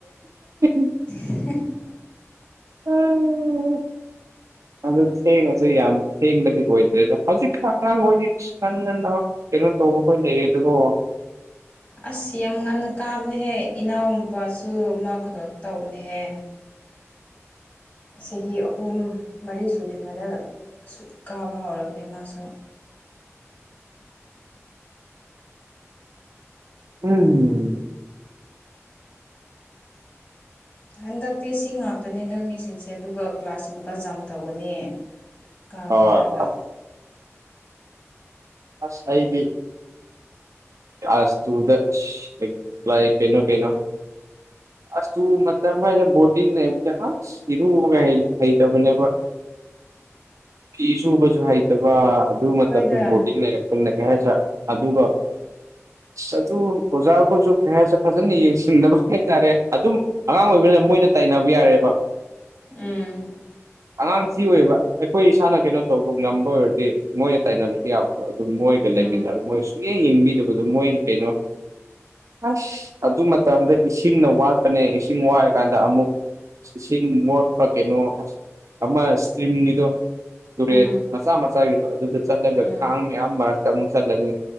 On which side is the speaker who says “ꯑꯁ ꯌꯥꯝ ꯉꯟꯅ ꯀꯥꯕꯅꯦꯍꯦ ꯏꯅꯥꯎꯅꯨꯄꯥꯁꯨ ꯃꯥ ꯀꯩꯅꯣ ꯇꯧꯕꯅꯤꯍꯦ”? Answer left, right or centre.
Left